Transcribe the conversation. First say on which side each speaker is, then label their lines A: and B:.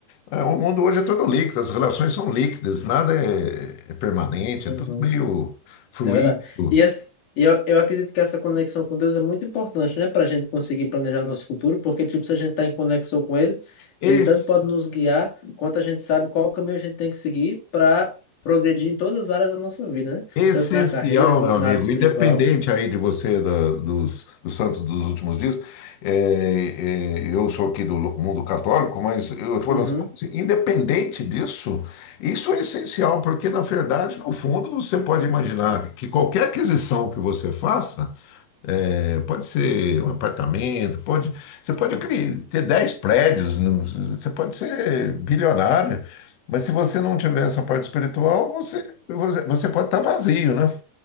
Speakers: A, on the left; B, on the left.
A: É, o mundo hoje é todo líquido, as relações são líquidas, nada é, é permanente,
B: Uhum,
A: é tudo meio fluido.
B: é verdade. E, essa- e eu, eu acredito que essa conexão com Deus é muito importante, né, para a gente conseguir planejar nosso futuro, porque, tipo, se a gente está em conexão com Ele,
A: Es-
B: Ele tanto pode nos guiar, quanto a gente sabe qual caminho a gente tem que seguir para progredir em todas as áreas da nossa vida, né?
A: essencial,
B: Tanto na carreira quanto
A: meu amigo,
B: na área espiritual.
A: independente aí de você, da- dos, dos santos dos últimos dias, é, é, eu sou aqui do mundo católico, mas eu tô falando
B: Uhum.
A: assim, independente disso, isso é essencial, porque na verdade, no fundo, você pode imaginar que qualquer aquisição que você faça, É, Pode ser um apartamento, pode, você pode cri- ter 10 prédios, no- você pode ser bilionário, mas se você não tiver essa parte espiritual, você, você, você pode estar vazio, né?